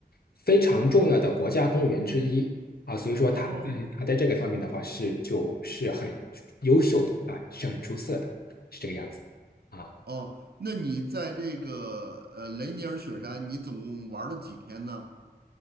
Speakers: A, on the left (about 65°); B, on the right (about 70°).
A: 非常重要的国家公园之一啊、所以说它在它在这个方面的话是就是很优秀的啊，
B: 哦
A: 是很出色的，是这个样子啊。
B: 哦，那你在这个呃雷尼尔雪山，你总共玩了几天呢？